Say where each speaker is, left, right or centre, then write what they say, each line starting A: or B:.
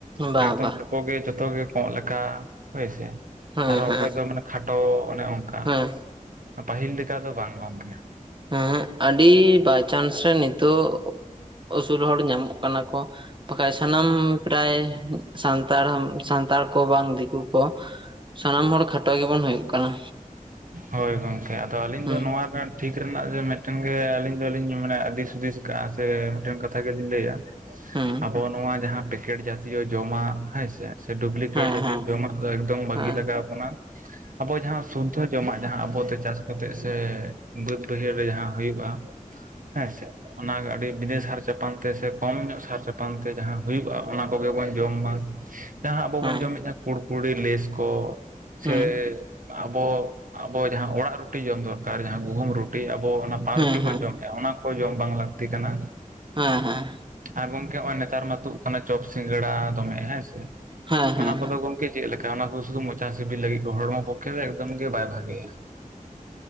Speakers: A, on the right (about 35°); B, on the right (about 70°).
A: ᱵᱟ
B: ᱮᱠᱫᱚᱢ
A: ᱵᱟ
B: ᱪᱚᱯ ᱜᱮ ᱡᱚᱛᱚᱜᱮ ᱠᱚᱸᱜ ᱞᱮᱠᱟ ᱦᱳᱭᱥᱮ
A: ᱦᱮᱸ
B: ᱟᱨᱚ
A: ᱦᱮᱸ
B: ᱚᱠᱚᱭ ᱫᱚ ᱢᱟᱱᱮ, ᱠᱷᱟᱴᱚ ᱚᱱᱮ ᱚᱱᱠᱟ᱾
A: ᱦᱮᱸ
B: ᱯᱟᱹᱦᱤᱞ ᱞᱮᱠᱟ ᱫᱚ ᱵᱟᱝ ᱜᱚᱝᱠᱮ?
A: ᱩᱸᱦᱩᱹᱜ ᱟᱹᱰᱤ ᱵᱟᱭᱪᱟᱱᱥ ᱨᱮ ᱱᱤᱛᱚᱜ ᱩᱥᱩᱞ ᱦᱚᱲ ᱧᱟᱢᱚᱜ ᱠᱟᱱᱟᱠᱚ ᱵᱟᱠᱷᱟᱡ ᱥᱟᱱᱟᱢ ᱯᱮᱨᱟᱭ ᱥᱟᱱᱛᱟᱲ ᱥᱟᱱᱛᱟᱲ ᱠᱚ ᱵᱟᱝ ᱫᱤᱠᱩ ᱠᱚ ᱥᱟᱱᱟᱢ ᱦᱚᱲ ᱠᱷᱟᱴᱚ ᱜᱮᱵᱚᱱ ᱦᱩᱭᱩᱜ ᱠᱟᱱᱟ᱾
B: ᱦᱳᱭ ᱜᱚᱝᱠᱮ ᱟᱫᱚ ᱟᱹᱞᱤᱧ
A: ᱦᱩᱸ
B: ᱫᱚ ᱱᱚᱣᱟ ᱨᱮᱱ ᱴᱷᱤᱠ ᱨᱮᱱᱟᱜ ᱡᱮ ᱢᱤᱫᱴᱮᱱ ᱜᱮ ᱟᱹᱞᱤᱧ ᱫᱚᱞᱤᱧ ᱢᱟᱱᱮ ᱫᱤᱥ ᱦᱩᱫᱤᱥ ᱟᱠᱟᱫᱼᱟ ᱥᱮ ᱢᱤᱫᱴᱮᱱ ᱠᱟᱛᱷᱟ ᱜᱮᱞᱤᱧ ᱞᱟᱹᱭᱮᱜ-ᱟ᱾
A: ᱦᱩᱸ
B: ᱟᱵᱚ ᱱᱚᱣᱟ ᱡᱟᱦᱟᱸ ᱯᱮᱠᱮᱴ ᱡᱟᱛᱤᱭᱚ ᱡᱚᱢᱟᱜ ᱦᱮᱸ ᱥᱮ, ᱥᱮ ᱰᱩᱵᱞᱤᱠᱮᱴ
A: ᱦᱮᱸ
B: ᱡᱟᱛᱤᱭ
A: ᱦᱮᱸ
B: ᱡᱚᱢᱟᱜ ᱫᱚ ᱮᱜᱚᱫᱚᱢ ᱵᱟᱹᱜᱤ
A: ᱦᱮᱸ
B: ᱞᱟᱜᱟᱣ ᱟᱵᱚᱱᱟ ᱟᱵᱚ ᱡᱟᱦᱟᱸ ᱥᱩᱫᱽᱫᱷᱚ ᱡᱚᱢᱟᱜ ᱡᱟᱦᱟᱸ ᱟᱵᱚᱛᱮ ᱪᱟᱥ ᱠᱟᱛᱮ ᱥᱮ ᱵᱟᱹᱫᱽ ᱵᱟᱹᱭᱦᱟᱹᱲ ᱨᱮ ᱡᱟᱦᱟᱸ ᱦᱩᱭᱩᱜᱼᱟ᱾ ᱦᱮᱸ ᱥᱮ᱾ ᱚᱱᱟᱜᱮ ᱟᱹᱰᱤ ᱵᱤᱱᱟᱹ ᱥᱟᱨ ᱪᱟᱯᱟᱱ ᱛᱮ ᱥᱮ ᱠᱚᱢ ᱧᱚᱜ ᱥᱟᱨ ᱪᱟᱯᱟᱱ ᱛᱮ ᱦᱩᱭᱩᱜᱼᱟ ᱚᱱᱟ ᱠᱚᱜᱮ ᱵᱚᱱ ᱡᱚᱢ ᱢᱟ᱾ ᱡᱟᱦᱟᱸ ᱟᱵᱚ
A: ᱦᱮᱸ
B: ᱵᱚᱱ ᱡᱚᱢᱮᱫᱼᱟ ᱠᱩᱲᱠᱲᱤ ᱞᱮᱥ ᱠᱚ ᱥᱮ
A: ᱦᱩᱸ
B: ᱟᱵᱚ ᱟᱵᱚ ᱡᱟᱦᱟᱸ ᱚᱲᱟᱜ ᱨᱩᱴᱤ ᱡᱚᱢ ᱫᱚᱨᱠᱟᱨ ᱡᱟᱦᱟᱸ ᱜᱩᱦᱩᱢ ᱨᱩᱴᱤ ᱟᱵᱚ ᱚᱱᱟ ᱯᱟᱸ
A: ᱦᱮᱸ
B: ᱨᱩᱴᱤ ᱵᱚᱱ
A: ᱦᱮᱸ ᱦᱮᱸ
B: ᱡᱚᱢᱮᱫᱼᱟ ᱚᱱᱟ ᱠᱚ ᱡᱚᱢ ᱵᱟᱝ ᱞᱟᱹᱠᱛᱤ ᱠᱟᱱᱟ᱾
A: ᱦᱮᱸ ᱦᱮᱸ,
B: ᱟᱨ ᱜᱚᱝᱠᱮ ᱱᱚᱜ-ᱚᱭ ᱱᱮᱛᱟᱨ ᱢᱟ ᱛᱩᱫ ᱠᱟᱱᱟ ᱪᱚᱯ ᱥᱤᱸᱜᱟᱹᱲᱟ ᱫᱚᱢᱮ ᱦᱮᱸ ᱥᱮ
A: ᱦᱮᱸ ᱦᱮᱸ ᱦᱮᱸ ᱦᱮᱸ
B: ᱚᱱᱟ ᱠᱚᱫᱚ ᱜᱚᱝᱠᱮ ᱪᱮᱫ ᱞᱮᱠᱟ ᱚᱱᱟ ᱠᱚᱫᱚ ᱥᱩᱫᱩ ᱢᱚᱪᱟ ᱥᱤᱵᱤᱞ ᱞᱟᱹᱜᱤᱫ ᱦᱚᱲᱢᱚ ᱯᱚᱠᱷᱮ ᱫᱚ ᱮᱠᱫᱚᱢ ᱜᱮ ᱵᱟᱭ ᱵᱷᱟᱜ ᱜᱮᱭᱟ᱾